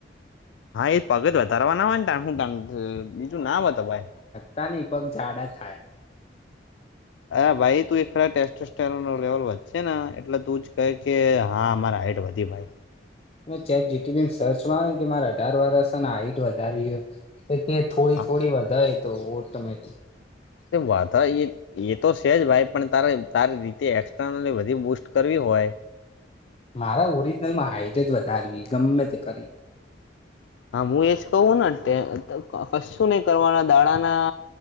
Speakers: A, on the left; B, on the left.
A: હા એ પગ જ વધારવા ના હોય ને બીજું ના વધ ભય
B: તાની પગ જાડા થાય.
A: અરે ભાઈ તું એ ટેસ્ટસ્ટ્રોન લેવલ વધશે ને એટલે તું જ કહે કે હા અમારા હાઈટ વધી ભાઈ.
B: મે ચેટજીપીટી મ સર્ચ માર્યું કે મારે અઢાર વર્ષ હાઈટ વધારવી હ એ થોડી
A: હા
B: થોડી વધારે તો ઓટોમેટિક
A: એ વધ ઈ એ તો છે જ ભાઈ પણ તારે તારી રીતે એક્સ્નલી બધી બુસ્ટ કરવી હોય,
B: મારા ઓરિજનલમાં હાઈટ જ વધારવી ગમે તે કરી
A: હા હું એજ કવું ને કશું નહી કરવાના દાડાના